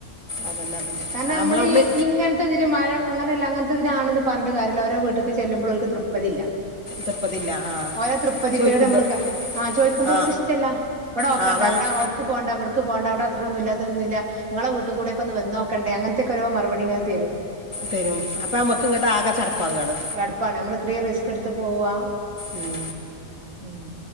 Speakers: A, on the left; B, on the right.
A: അതന്നെ അതന്നെ
B: കാരണം
A: ആ
B: നമ്മള്
A: നമ്മളവിടുന്ന്
B: ഈ ഇങ്ങ ത്തഇതിന് മഴ അങ്ങനല്ല അങ്ങനത്തെ തിനാണ് പറഞ്ഞിട്ട് കാര്യല്ല ഓരോ വീട്ക്ക് ചെല്ലുമ്പോൾ ഒൽക്ക് തൃപ്തിയില്ല
A: തൃപ്പതില്ല ആ
B: ഓരോ തൃപ്പതി
A: ചോദിക്കുമ്പോൾ
B: കേട് നമ്മള് കാണ ആഹ് ചോദിക്കുമ്പോ
A: ആ
B: ഒൽക്ക് ഇഷ്ടല്ല ഇവിടെ ഓക്കണ്ട
A: ആ വെള്ളം
B: ഇവിടെ ഒ അട്ക്ക് പോണ്ട ഇവിടുക്ക് പോണ്ട അവിട അത്രൊന്നും ഇല്ല ഇതൊന്നും ഇങ്ങള വീട് കൂടെക്കെവന്നോ കണ്ടെ അങ്ങനത്തെക്കെ ഓരേ മറുപടി ങ്ങനെ തരും
A: തരും അപ്പം നമുക്ക് ഇങ്ങോട്ട് ആകെ ചടപ്പാകുകയാണ്
B: ചടപ്പാണ് നമ്മൾ ഇത്രയും റിസ്ക് എടുത്ത് പോവാ
A: ഉം
B: ഉം